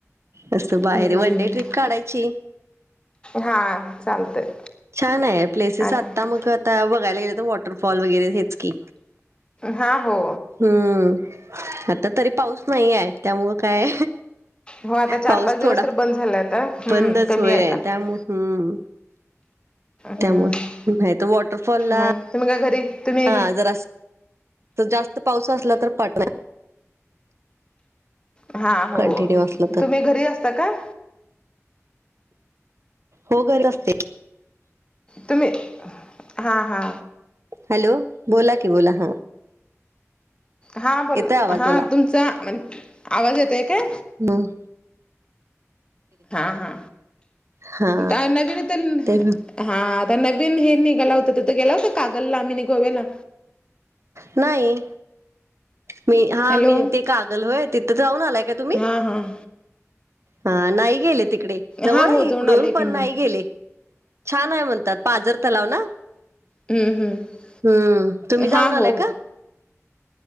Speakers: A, on the right; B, on the left.
A: मस्त
B: हम्म
A: बाहेर वन डे ट्रिप काढायची
B: हा चालतंय
A: छान आहे प्लेसेस
B: आणि
A: आत्ता मग आता बघायला गेले तर वॉटरफॉल वगैरे हेच की
B: हा हो.
A: हम्म आता तरी पाऊस नाही आहे त्यामुळं काय
B: हो आता चार
A: पाऊस
B: पाच दिवस
A: थोडा,
B: तर बंद झालं आता हम्म
A: बंदच
B: कमी
A: होय
B: आहे आता
A: त्यामुळ हम्म
B: हम्म
A: त्यामुळे तर वॉटरफॉलला
B: मग तुम्ही काय घरी? तुम्ही
A: हा जर अस जास्त पाऊस असला तर पाठव
B: हा हो,
A: कंटिन्यू असला तर
B: तुम्ही घरी असता का?
A: हो घरी असते.
B: तुम्ही हा हा
A: हॅलो? बोला की, बोला हां
B: हां बोल,
A: आवाज
B: हा
A: मला
B: तुमचा म्ह आवाज येतोयका?
A: म.
B: हा हा,
A: हा
B: का नवीन तर
A: ते
B: हा आता नवीन हे निघाला होतं तिथं गेला होता कागलला आम्ही गोव्याला
A: नाही. मी हा
B: हॅलो
A: मी ते कागल होय तिथं जाऊन आलाय का तुम्ही?
B: ह हां.
A: हा नाही गेले तिकडे, जवळ
B: हा हो
A: आहे इकडून,
B: जाऊन आले की
A: पण
B: मी
A: नाही गेले. छान आहे म्हणतात, पाजर तलाव ना?
B: हम्म हम्म
A: हम्म. तुम्ही
B: हा
A: जाऊन
B: हो
A: आलाय का?